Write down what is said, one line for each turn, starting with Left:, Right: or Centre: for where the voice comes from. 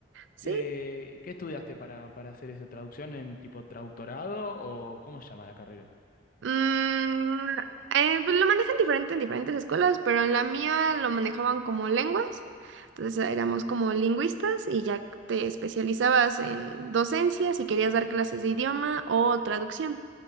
Right: Sí.
Left: Eh, ¿qué estudiaste para, para hacer eso? ¿Traducción en tipo traductorado o cómo se llama la carrera?
Right: Mm, eh, pues lo manejan diferente en diferentes escuelas, pero en la mía lo manejaban como lenguas. Entonces éramos como lingüistas y ya te especializabas en docencia si querías dar clases de idioma o traducción.